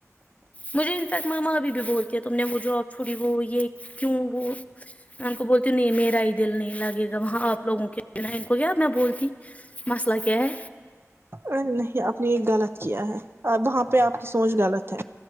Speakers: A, on the left; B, on the right.
A: مجھے ان تک ماما ا بھی بولتی تم نے وہ جاب چھڑی وہ یہ کیوں وہ ان کو بولتی نہیں میرا ہی دل نہیں لگے گا وہاں آپ لگوں کے بنا ان کو کیا میں بولتی مسئلہ کیا ہے
B: ارے نہیں اپپ نے یہ غلط کیا ہے وہاں پہ آپ کی سوچ غلط ہے